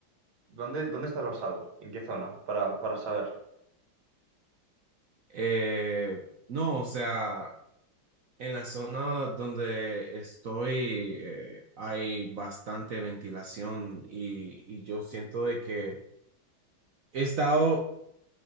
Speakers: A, on the right; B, on the right.
A: dónde, dónde estás basado? ¿En qué zona? Para, para saber.
B: Eh, no, o sea, En la zona donde estoy eh, hay bastante ventilación y, y yo siento de que he estado